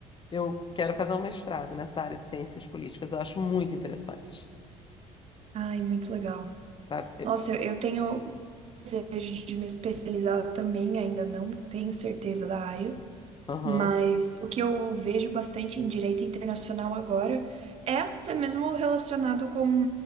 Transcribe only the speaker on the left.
eu quero fazer um mestrado nessa área de ciências políticas. Eu acho muito interessante.
sabe? Eu-
Aham,